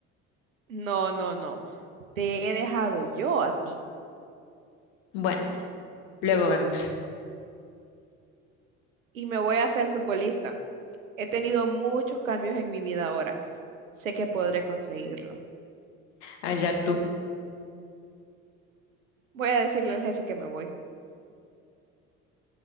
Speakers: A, on the right (about 80°); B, on the left (about 65°).
A: No, no, no. Te he dejado yo a ti
B: Bueno, luego vemos.
A: y me voy a hacer futbolista. He tenido muchos cambios en mi vida ahora. Sé que podré conseguirlo.
B: Allá tú.
A: Voy a decirle al jefe que me voy.